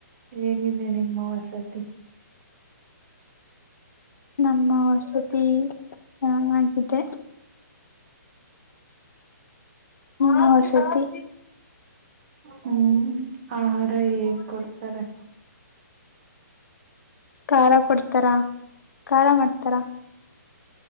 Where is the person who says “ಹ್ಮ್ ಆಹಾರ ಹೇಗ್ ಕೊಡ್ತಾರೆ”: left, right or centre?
Right